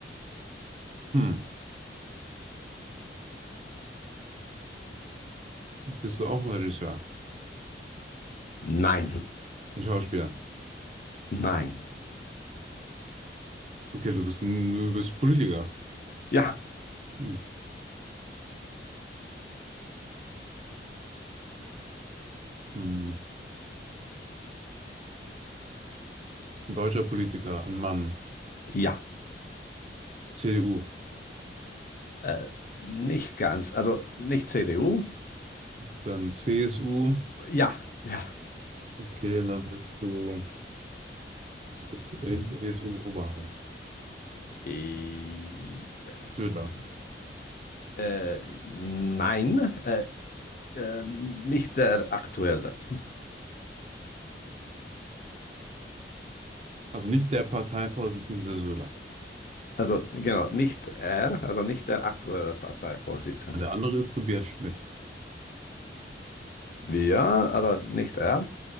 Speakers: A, on the right (about 35°); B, on the left (about 50°).
A: Hm, bist du auch ein Regisseur?
B: Nein,
A: Ein Schauspieler?
B: nein,
A: Okay, du bist ein, du bist Politiker.
B: ja,
A: Hm. Hm. Ein deutscher Politiker, ein Mann.
B: ja.
A: CDU.
B: Äh, nicht ganz. Also nicht CDU.
A: Dann CSU.
B: Ja, ja.
A: Okay, und dann bist du das CSU-Oberhaupt.
B: Äh, äh,
A: Söder.
B: äh, nein, äh, äh, nicht der aktuelle. <laughs>
A: Also nicht der Parteivorsitzende Söder.
B: Also genau, nicht er, also nicht der aktuelle Parteivorsitzende.
A: Der andere ist Tobias Schmidt.
B: Ja, aber nicht er,